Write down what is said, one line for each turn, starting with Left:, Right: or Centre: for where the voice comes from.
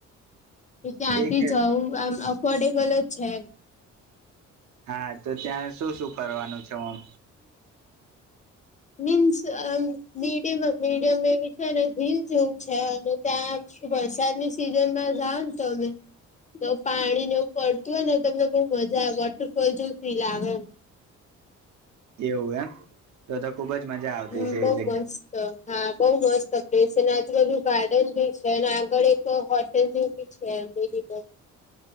Left: એ ત્યાંથી
Right: એક
Left: જવું આમ અફોર્ડેબલ જ છે, એમ
Right: હા તો ત્યાં શું શું ફરવાનું છે, હું આમ
Left: મીન્સ અ મીડિયમ મીડિયમ એવી છે અને હિલ જેવું છે, અને ત્યાં શ વરસાદની સિઝનમાં જાવ ને તમે તો પાણીને એવું પડતું હોય ને તમને બહુ મજા આવે વોટરફોલ જોવુ ફીલ આવે,
Right: એવું એમ તો તો ખુબ જ મજા આવતી
Left: હમ
Right: હશે
Left: બહુ
Right: એ જગ્યા
Left: મસ્ત હા, બઉુ મસ્ત પ્લેસ છે, અને આજુબાજુ ગાર્ડન ભી છે, અને આગળ એક હો <unintelligible>